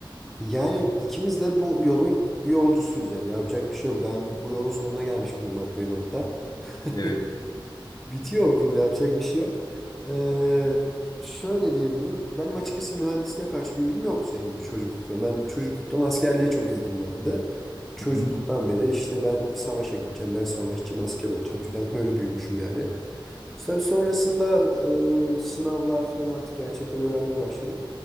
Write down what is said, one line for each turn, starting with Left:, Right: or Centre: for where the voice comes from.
Centre: Yani ikimiz de bu yolun yolcusuyuz yani yapacak bir şey yok. Ben bu yolun sonuna gelmiş bulunmaktayım hatta.
Left: Evet.
Centre: <laughs> Bitiyor okul yapacak bir şey yok. Ee, şöyle diyebilirim. Benim açıkçası mühendisliğe karşı bir ilgim yoktu senin gibi çocuklukta. Ben çocukluktan askerliğe çok ilgim vardı. Çocukluktan
Left: Hı hı.
Centre: beri işte ben savaşa gideceğim, ben savaşçı asker olacağım falan böyle büyümüşüm yani. Tabii sonrasında e, sınavlar falan artık gerçekleri öğrenmeye başladık.